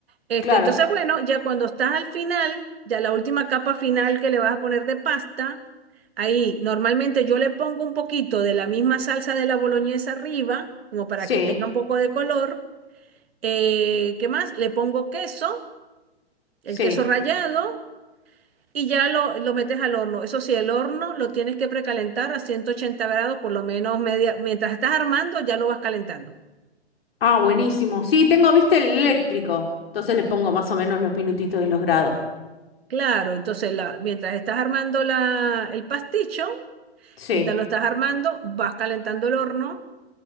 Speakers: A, on the right; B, on the left.
A: Este,
B: claro.
A: entonces, bueno, ya cuando estás al final, ya la última capa final que le vas a poner de pasta, ahí normalmente yo le pongo un poquito de la misma salsa de la boloñesa arriba, como para
B: Sí,
A: que tenga un poco de color. Eh, ¿qué más? Le pongo queso, el
B: sí.
A: queso rallado, y ya lo, lo metes al horno. Eso sí, el horno lo tienes que precalentar a 180 grados, por lo menos media, mientras estás armando, ya lo vas calentando.
B: Ah, buenísimo. Sí, tengo, viste, el eléctrico. Entonces le pongo más o menos los minutitos y los grados.
A: Claro, entonces la, mientras estás armando la, el pasticho,
B: Sí.
A: Mientras lo estás armando, vas calentando el horno